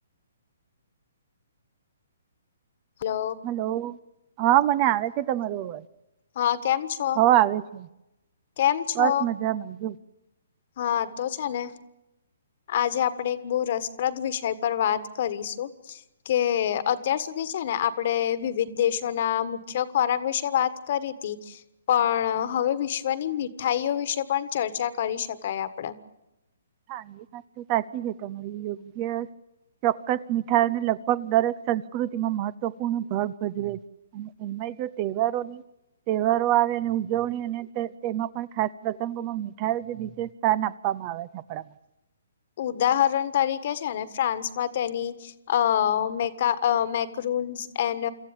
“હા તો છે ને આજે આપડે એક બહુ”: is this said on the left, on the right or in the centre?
Left